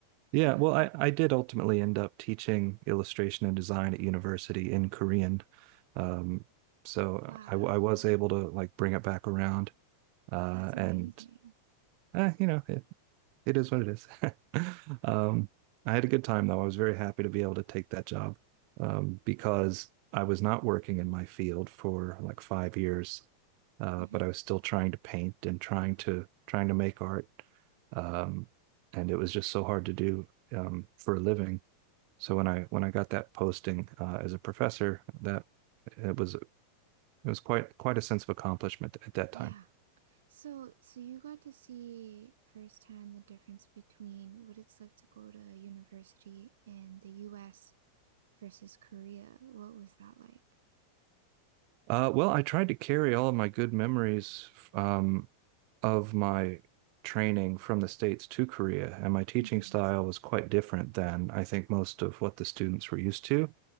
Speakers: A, on the right; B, on the right.
A: Yeah,
B: you know.
A: well, I, I did ultimately end up teaching illustration and design at university in Korean. Um, so
B: Wow.
A: I I was able to like bring it back around. Uh,
B: That's amazing.
A: and, eh, you know, it, It is what it is. <laughs> Um, I had a good time though. I was very happy to be able to take that job um, because I was not working in my field for like five years, uh,
B: Mhm.
A: but I was still trying to paint and trying to trying to make art, um, and it was just so hard to do um, for a living. So when I when I got that posting uh, as a professor, that it was it was quite quite a sense of accomplishment at that
B: Yeah.
A: time.
B: So, so you got to see firsthand the difference between what it's like to go to university in the US versus Korea. What was that like?
A: Uh, well, I tried to carry all of my good memories um, of my training from the States to Korea, and my teaching
B: hmm
A: style was quite different than I think most of what the students were used to.